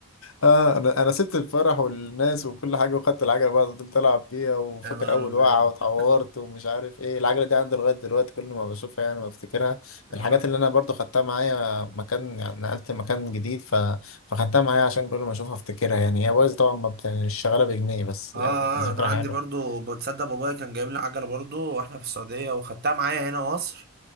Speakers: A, on the left; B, on the right.
A: اه انا انا سبت الفرح والناس وكل حاجه وخدت العجله بقى فضلت العب فيها وفاكر
B: <laughs> يا نهار
A: اول
B: ابيض
A: وقعه واتعورت ومش عارف ايه العجله دي عندي لغايه دلوقتي كل ما بشوفها يعني بفتكرها
B: آه.
A: من الحاجات اللي انا برضو خدتها معايا مكان يعني نقلت مكان جديد ف... فخدتها معايا عشان كل ما اشوفها افتكرها يعني هي بايظه طبعا ما بت- مش شغاله بجنيه بس
B: اه
A: يعني ذكرى
B: آه، انا عندي
A: حلوه
B: برضو بتصدق بابايا كان جايب لي عجله برضو واحنا في السعوديه وخدتها معايا هنا مصر